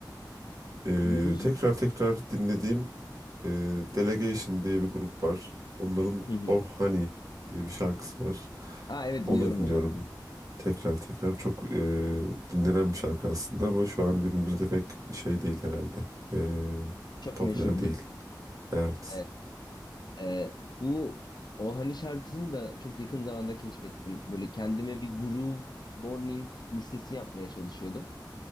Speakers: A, on the right; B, on the left.
A: E,
B: Yavuz'u.
A: tekrar tekrar dinlediğim e, Delegation diye bir grup var. Onların
B: Hı hı.
A: Oh Honey diye bir şarkısı var.
B: Aa evet
A: Onu
B: biliyorum
A: dinliyorum.
B: o şarkıyı.
A: Tekrar tekrar çok e, dinlenen bir şarkı aslında ama şu an günümüzde pek şey değil herhalde. E,
B: Çok
A: popüler
B: meşhur
A: değil.
B: değil.
A: Evet.
B: Evet. Ee, bu o hani şarkısını da çok yakın zamanda keşfettim. Böyle kendime bir groove morning listesi yapmaya çalışıyordum.